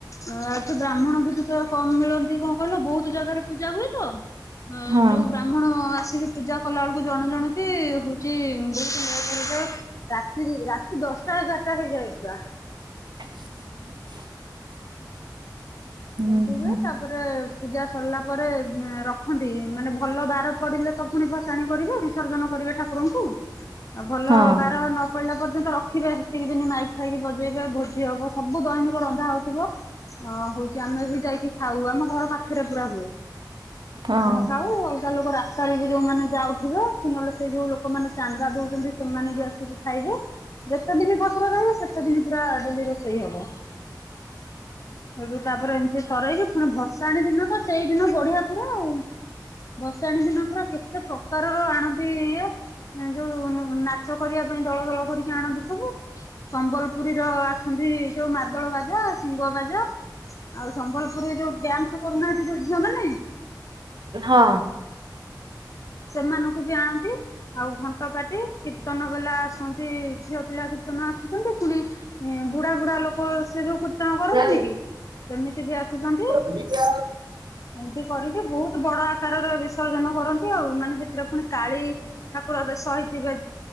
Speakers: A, on the left; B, on the right.
A: ଆଉ ଏଠି ବ୍ରାହ୍ମଣ ବି ଟ କମ ମିଳନ୍ତି କଣ କହିଲ ବହୁତ ଜାଗାରେ ପୂଜା ହୁଏ ତ ଅ
B: ହଁ
A: ଯୋଉ ବ୍ରାହ୍ମଣ ି ପୂଜା କଲା ବେଳକୁ ଜଣ ଜଣତି ହଉଛି ବହୁତ ଲେଟ ହେଇଥାଏ। ରାତି ରାତି ଦଶଟା ଏଗାରଟା ହେଇଯାଏ ପୁରା
B: <inaudible> ହୁଁ
A: ଏମିତି ହୁଏ
B: ହୁଁ,
A: ତାପରେ ପୂଜା ସରିଲା ପରେ ରଖନ୍ତି ମାନେ ଭଲ ବାର ପଡିଲେ ତ ପୁଣି ବ ାଣି କରିବେ ବିସର୍ଜନ କରିବେ ଠାକୁରଙ୍କୁ <inaudible> ଆଉ ଭଲ
B: ହଁ
A: ବାର ନ ପହିଲା ପର୍ଯ୍ୟନ୍ତ ରଖିବେ ସେତିକି ଦିନ ମାଇକ ଖାଇକି ବଜେଇବେ ଭୋଜି ହବ ସବୁ ଦୈନିକ ରନ୍ଧା ହଉଥିବ ଅ ହଉ ଆମେ ବି ଯାଇକି ଖାଉ ଆମ ଘର ପାଖରେ ପୁରା ହୁଏ।
B: ହଁ।
A: ଆମେ ଖାଉ ଅଲଗା ଲୋକ ରାସ୍ତାରେ ବି ଯୋଉମାନୋନ ଯାଉଥିବ କି ନହେଲେ ସେ ଯୋଉ ଲୋକମାନେ ଚାନ୍ଦା ଦଉଛନ୍ତି ସେମାନେ ବି ଆସିକି ଖାଇବେ ଯେତେ ଦିନ ଠାକୁର ରହିବେ ସେତେ ଦିନ ପୁରା ଡେଲି ରୋଷେଇ ହବ। <unintelligible> ତାପରେ ଏମିତି ସରାଇକି ପୁଣି ଭସାଣଣି ଦିନ ତ ସେଇଦିନ ବଢିଆ ପୁରା ଆଉ। ବର୍ଷାଣୀ ଦିନ ପୁରା କେତେ ପ୍ରକାରର ଆଣନ୍ତି ଇଏ ଯୋଉ ନାଚ କରିବା ପାଇଁ ଦଳ ଦଳ କରିକି ଆଣନ୍ତି ସବୁ ସମ୍ବଲପୁରୀର ଆସନ୍ତି ଯୋଉ ମାଦଳ ବାଜା ସିଂହ ବାଜା। ଆଉ ସମ୍ବଲପୁରରେ ଯୋଉ ଡ୍ୟାନ୍ସ କରୁନାହାନ୍ତି ଯୋଉ ଝିଅମାନେ
B: ହଁ।
A: ସେମାନଙ୍କୁ ବି ଆଣନ୍ତି ଆଉ ଘଣ୍ଟ ପାଟି କୀ ତନ ବାଲା ଆସନ୍ତି ଝିଅ ପିଲା କୀ ଆସୁଛନ୍ତି ପୁଣି ବୁଢା ବୁଢା ଲୋକ ସେ ଯୋଉ କୀର୍ତ୍ତନ
B: <unintelligible>
A: କରନ୍ତିନି କି ସେମିତି ବି ଆସୁଛନ୍ତି
B: ହଁ।
A: ଏମିତି କରିକି ବହୁତ ବଡ ଆକାରରେ ବିସର୍ଜନ କରନ୍ ଉ ମାନେ ସେଥିରେ ପୁଣି କାଳି ଠାକୁର ଏବେ ସହିଥିବେ